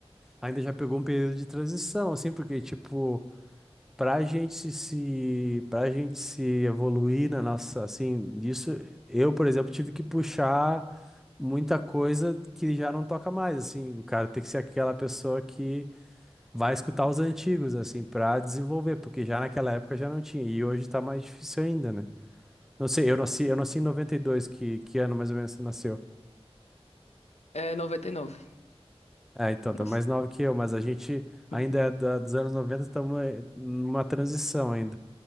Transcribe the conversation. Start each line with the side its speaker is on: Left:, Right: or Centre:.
Centre: ainda já pegou um período de transição, assim, porque, tipo, pra gente se, se- pra gente se evoluir na nossa, assim, disso, eu, por exemplo, tive que puxar muita coisa que já não toca mais, assim, o cara tem que ser aquela pessoa que vai escutar os antigos, assim, pra desenvolver, porque já naquela época já não tinha, e hoje tá mais difícil ainda, né? Não sei, eu nasci, eu nasci em 92, que, que ano mais ou menos você nasceu?
Left: É noventa e nove
Centre: É, então, tá
Left: Nossa.
Centre: mais nova que eu, mas a gente ainda
Left: <laughs>
Centre: é da- dos anos 90 estamos eh, numa transição ainda.